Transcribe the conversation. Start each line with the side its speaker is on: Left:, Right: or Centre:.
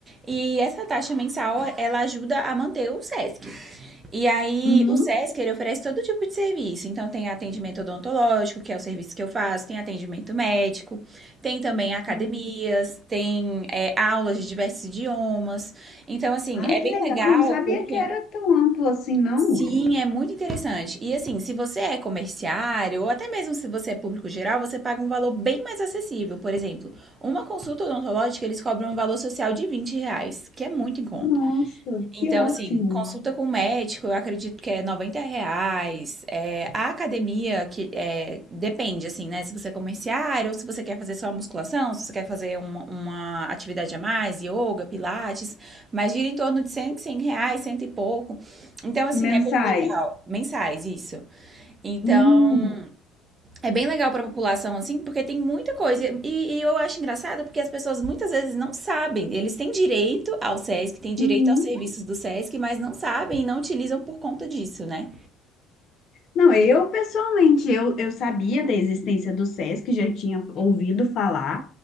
Right: E essa taxa mensal, ela ajuda a manter o SESC. E aí,
Left: uhum.
Right: o SESC, ele oferece todo tipo de serviço. Então, tem atendimento odontológico, que é o serviço que eu faço, tem atendimento médico, tem também academias,
Left: Hum.
Right: tem é, aulas de diversos idiomas. Então, assim,
Left: Ai,
Right: é
Left: que
Right: bem
Left: legal.
Right: legal
Left: Não sabia
Right: porque...
Left: que era tão amplo assim, não.
Right: Sim, é muito interessante. E assim, se você é comerciário, ou até mesmo se você é público geral, você paga um valor bem mais acessível. Por exemplo, uma consulta odontológica, eles cobram um valor social de 20 reais, que é muito em conta.
Left: Nossa, que
Right: Então,
Left: ótimo.
Right: assim, consulta com o médico, eu acredito que é 90 reais. É, a academia, que é, depende, assim, né? Se você é comerciário, ou se você quer fazer só musculação, se você quer fazer uma, uma atividade a mais, yoga, pilates, mas gira em torno de 100, 100 reais, cento e pouco. Então, assim,
Left: Mensais.
Right: é bem legal. Mensais, isso. Então,
Left: Hum,
Right: é bem legal para a população, assim, porque tem muita coisa. E, e, eu acho engraçado porque as pessoas muitas vezes não sabem. Eles têm direito ao SESC, têm direito
Left: uhum.
Right: aos serviços do SESC, mas não sabem e não utilizam por conta disso, né?
Left: Não, eu pessoalmente, eu, eu sabia da existência do SESC, já tinha ouvido falar,